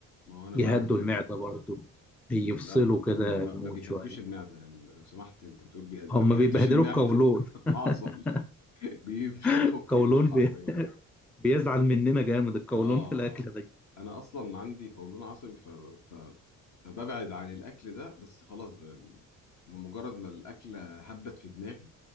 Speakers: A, on the left (about 50°); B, in the centre.
A: ما هو انا
B: يهدوا
A: بعمل كده
B: المعده برضو يفصلوا
A: لا هم
B: كده
A: ما
B: المود
A: ما بيهدوش
B: شويه
A: المعدة يعني لو سمحت انت بتقول بيهد ما
B: هم
A: بيهدوش
B: بيبهدلوا
A: المعدة
B: القولون
A: <laughs>
B: <laughs>
A: حاصل بيفشخوا
B: القولون
A: القولون حرفيا
B: بي... بيزعل مننا جامد القولون
A: آه
B: في الاكل ده
A: أنا أصلا عندي قولون عصبي ف... ف... فببعد عن الأكل ده بس خلاص ب... بمجرد ما الأكلة هبت في دماغي